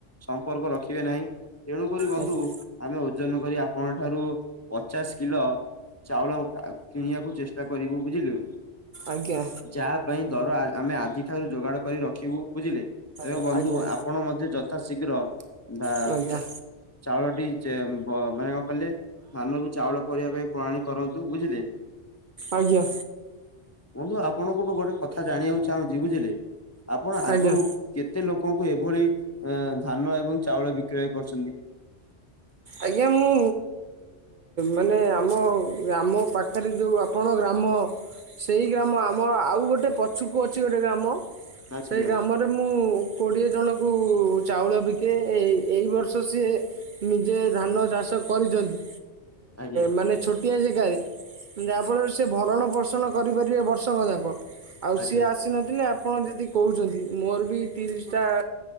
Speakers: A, on the left (about 25°); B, on the right (about 55°).
A: ସମ୍ପର୍କ ରଖିବେ ନାହିଁ। ତେଣୁ କରି ବନ୍ଧୁ
B: ଆଜ୍ଞା
A: ଆମେ ଓଜନ କରି ଆପଣଙ୍କ ଠାରୁ ପଚାଶ କିଲ ଚାଉଳ କିଣିବାକୁ ଚେଷ୍ଟା କରିବୁ ବୁଝିଲୁ।
B: ଆଜ୍ଞା ଆଜ୍ଞା
A: ଯାହା ପାଇଁ ଦର ଆ ଆମେ ଆଜିଠାରୁ ଯୋଗାଡ କରି ରଖିବୁ। ବୁଝିଲେ ଏ
B: ଆଜ୍ଞା
A: ବନ୍ଧୁ ଆପଣ ମଧ୍ୟ ଯଥା ଶୀଘ୍ର ବା
B: ଆଜ୍ଞା
A: ଚାଉଳ ଟି ଚେ ମ୍ବ ମାନେ କଁ କହିଲେ ଧାନରୁ ଚାଉଳ କରିବା ପାଇଁ ପଣାଳୀ କରନ୍ତୁ ବୁଝିଲେ।
B: ଆଜ୍ଞା।
A: ବନ୍ଧୁ ଆପଣଙ୍କଠୁ ଗୋଟେ କଥା ଜାଣିବାକୁ ଚାହୁଁଚି ବୁଝିଲେ ଆପଣ ଆଗରୁ
B: ଆଜ୍ଞା
A: କେ ତେ ଲୋକଙ୍କୁ ଏଭଳି ଧାନ ଏବଂ ଚାଉଳ ବିକ୍ରୟ କରୁଚନ୍ତି?
B: ଆଜ୍ଞା ମୁଁ ମାନେ ଆମ ଆମ ପାଖରେ ଯୋଉ ଆପଣ ଗ୍ରା ମ ସେଇ ଗ୍ରାମ ଆମ ଆଉ ଗୋଟେ ପଛୁକୁ ଅଛି ଗୋଟେ ଗ୍ରାମ
A: ଆଜ୍ଞା
B: ସେଇ ଗ୍ରାମରେ ମୁଁ କୋଡିଏ ଜଣକୁ ଚାଉଳ ବିକେ ଏ ଏଇ ବର୍ଷ ସିଏ ନି ଯେ ଧାନ ଚାଷ କରିଚନ୍ତି
A: ଆଜ୍ଞା
B: ମାନେ ଛୋଟ ପିଆଜ ଗା <unintelligible> ଯାହାଫଳରେ ସେ ଭରଣ ପୋଷଣ କରିପାରିବେ ବର୍ଷକ ଯାକ। ଆଉ
A: ଆଜ୍ଞା
B: ସିଏ ଆସିନଥିଲେ ଆପ ଆପଣ ଯଦି କହୁଚନ୍ତି ମୋର ବି ତିରିଶଟା